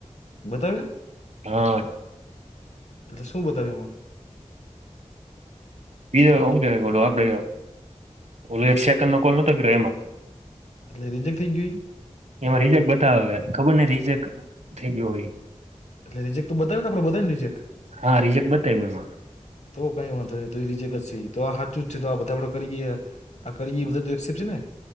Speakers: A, on the left; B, on the right.
A: બતાવ્યા,
B: હા
A: એટલે શું બતાવ્યું એમાં
B: બીજું હું કેવાય ઓલો આપડે ઓલો એક સેકન્ડ નો કોલ નતો કર્યો એમાં
A: એટલે રીજેક્ટ થઈ જ્યો ઈ
B: એમાં રિજેક્ટ બતાવે હ ખબર ને રિજેક્ટ થઈ ગયો હોય
A: એટલે રિજેક્ટ તો બતાવીને આપડો બતાવી ને રિજેક્ટ
B: હા રિજેક્ટ બતાવ્યું એમાં
A: તો કઈ વાંધો નહી તો એ રીજેકજ સે ઈ તો આ સાચું જ છે તો આ બધા આપડે કરીએે આ કરી એ બધા તો એક્સેપ્ટ છે ને